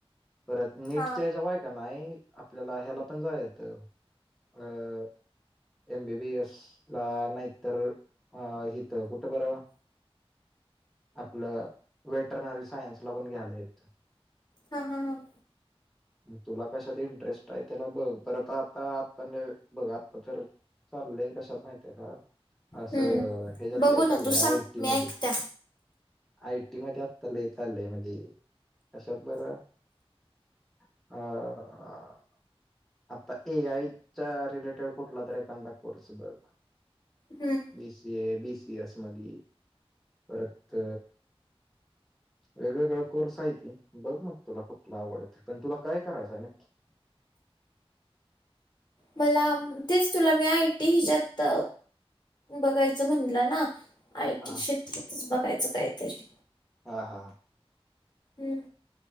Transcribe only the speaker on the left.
हा
हा हा हा.
हम्म
बघू
ना
तू सांग
मी
ऐकत्या
हम्म
मला तेच तुला मी आय टी हिच्यात बघायच म्हणल ना. आय
टी क्षेत्रातच बघायच काहीतरी.
हम्म